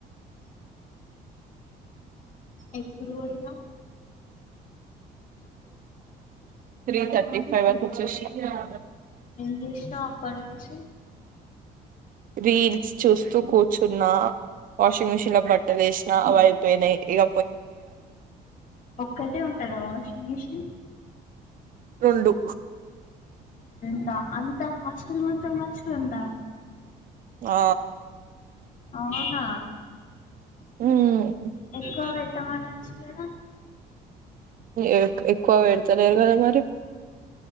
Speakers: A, on the left; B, on the right.
A: ఎప్పుడు పోయినవ్
B: త్రీ థర్టీ ఫైవ్ వరకు వచ్చేసినా <inaudible>
A: ఏం చేసినావ్ అప్పటి నుంచి
B: రీల్స్ చూస్తూ కూర్చున్నా వాషింగ్ మిషన్లో బట్టలేసిన అవి ఐపోయినాయి ఇగ
A: ఒక్కటే ఉంటదా వాషింగ్ మిషిన్
B: రొండు
A: రెండా అంత హాస్టల్ మొత్తం కలిసి రొండా
B: ఆ
A: అవునా
B: ఉమ్
A: ఎక్కువ పెట్టమనొచ్చుగద
B: ఎ ఎక్కువ పెడుతలేరు కదా మరి